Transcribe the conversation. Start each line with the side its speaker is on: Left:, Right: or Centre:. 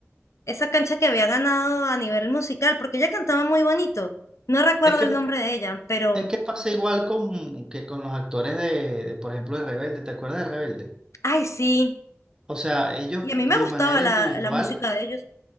Left: esa cancha que había ganado a nivel musical, porque ella cantaba muy bonito. No recuerdo
Right: Es que
Left: el nombre de ella, pero,
Right: Es que pasa igual con, que con los actores de, de, por ejemplo, de Rebelde. ¿Te acuerdas de Rebelde?
Left: ay, sí.
Right: O sea, ellos
Left: Y a mí me
Right: de
Left: gustaba
Right: manera
Left: la,
Right: individual.
Left: la música de ellos.